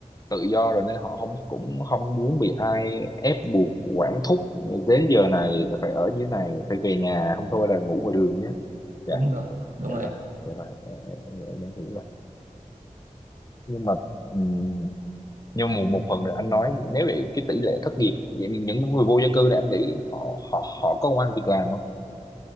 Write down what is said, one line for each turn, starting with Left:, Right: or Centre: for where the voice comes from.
Left: tự do rồi nên họ không cũng không muốn bị ai ép buộc quản thúc đến giờ này là phải ở như thế này phải về nhà không thôi là ngủ ngoài đường nhé
Right: đúng
Left: Dạ.
Right: rồi đúng
Left: dạ
Right: rồi
Left: rồi
Right: em
Left: dạ rồi em, em, em em hiểu rồi nhưng mà ừm, nhưng mà một phần nữa anh nói nếu vậy cái tỷ lệ thất nghiệp vậy những người vô gia cư thì anh nghĩ họ họ họ có công ăn việc làm không